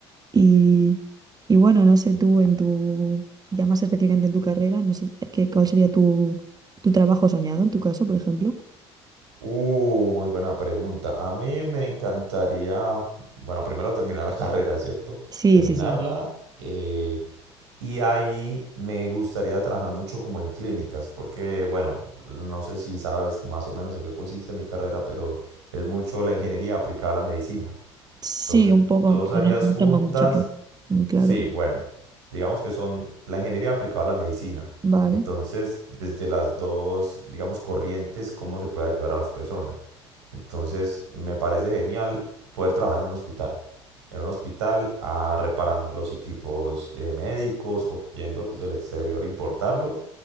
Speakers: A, on the right; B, on the right.
A: Y, y bueno, no sé tú en tu, ya más específicamente en tu carrera, no sé qué, cuál sería tu, tu trabajo soñado en tu caso, por ejemplo.
B: Uh, muy buena pregunta. A mí me encantaría, bueno, primero terminar la <laughs> carrera, ¿cierto?
A: Sí,
B: Terminarla.
A: sí, sí.
B: eh, Y ahí me gustaría trabajar mucho como en clínicas, porque bueno, no sé si sabes más o menos en qué consiste mi carrera, pero es mucho la ingeniería aplicada a la medicina.
A: Sí,
B: Entonces,
A: un poco,
B: dos
A: pero
B: áreas
A: no, no
B: juntas
A: tengo mucho aquí. Muy claro.
B: Sí, bueno, digamos que son la ingeniería aplicada a la medicina.
A: Vale.
B: Entonces, desde las dos, digamos, corrientes, cómo se puede ayudar a las personas. Entonces, me parece genial poder trabajar en un hospital. En un hospital, ah, reparando los equipos eh, médicos o trayéndolos del exterior, importarlos